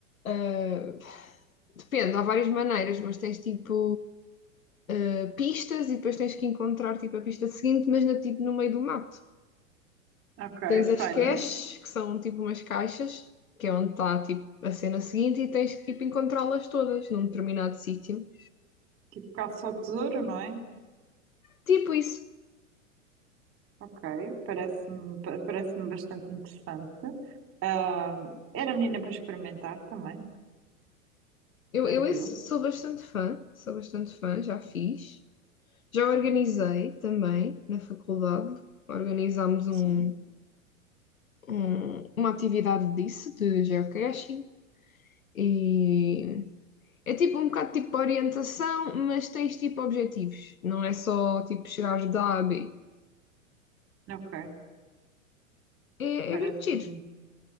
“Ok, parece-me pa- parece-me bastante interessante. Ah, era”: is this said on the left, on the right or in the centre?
Right